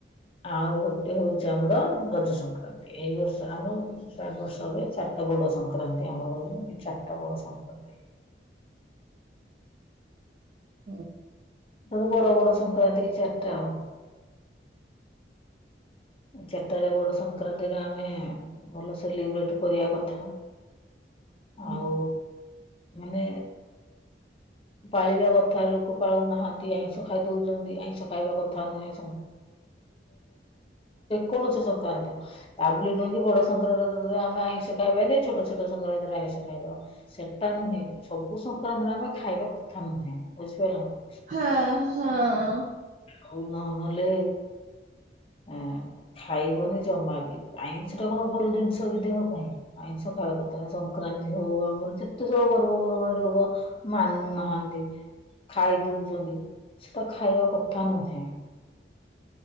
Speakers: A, on the left; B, on the right.
A: ଆଉ ଗୋଟେ ହଉଛି ଆମର ରଜ ସଂକ୍ରାନ୍ତି ଏଇ ବର୍ଷରେ ଆମର ଚାର ବର୍ଷ ହୁଏ ଚାରିଟା ବଡ ସଂକ୍ରାନ୍ତି ଆମର କଉଛି ଏ ଚାରିଟା ବଡ ସଂକ୍ରାନ୍ତି।
B: ହୁଁ। <unintelligible>
A: ତେ ବଡ ବଡ ସଂକ୍ରାନ୍ତି କି ଚାରିଟା ଆଉ। ଚାରିଟାରେ ବଡ ସଂକ୍ରାନ୍ତିରେ ଆମେ ଭଲ ସେଲିବ୍ରେଟ କରିବା କଥା
B: ହଁ
A: ଆଉ ମାନେ ପାଳିବା କଥା ଲୋକ ପାଳୁନାହାଁନ୍ତି ଆଇଁଷ ଖାଇ ଦଉଛନ୍ତି ଆଇଁଷ ଖାଇବା କଥା ନୁହେଁ ଯେ କୌଣସି ସଂକ୍ରାନ୍ତି ହବେ ତା ନୁହଁକି ବଡ ସଂକ୍ରାନ୍ତିରେ ଆମେ ଆଇଁଷ ଖାଇବାି ଛୋଟ ଛଟ ସଂକ୍ରାନ୍ତିରେ ଆଇଁଷ ଖାଇଦବା। ସେଟା ନୁହେଁ ସବୁ ସଂକ୍ରାନ୍ତିରେ ଆମେ ଖାଇବା କଥା ନୁହେଁ ବୁଝିପାରିଲ ନା
B: ହଁ ହଁ।
A: ଆଉ ନହେଲେ ଆ ଖାଇବନି ଜମା ବିି ଆଇଁଷଟା କଣ ଭଲ ଜିନିଷ କି ଦେହ ପାଇଁ ଆଇଁ ସକାଳ କରିଥା ସଂକ୍ରାନ୍ତି ହଉ ଆମର ଯେତେ ସବୁ ପର୍ବପର୍ବାଣି ଲୋକ ମାନୁନାହାନ୍ତି ଖାଇ ଦଉଛନ୍ତି ସେଟା ଖାଇବା କଥା ନୁହେଁ।